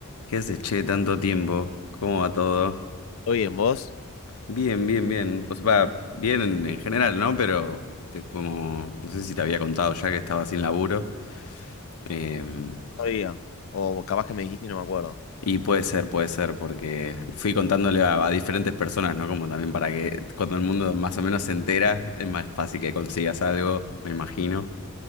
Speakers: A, on the left; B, on the left.
A: ¿Qué haces, che? Tanto tiempo. ¿Cómo va todo?
B: ¿Todo bien, vos?
A: Bien, bien, bien. O sea, va bien en, en general, ¿no? Pero te- como, no sé si te había contado ya que estaba sin laburo. Em,
B: Todavía. O capaz que me dijiste y no me acuerdo.
A: y puede ser, puede ser, porque fui contándole a, a diferentes personas, ¿no? Como también para que cuando el mundo más o menos se entera, es más fácil que consigas algo, me imagino.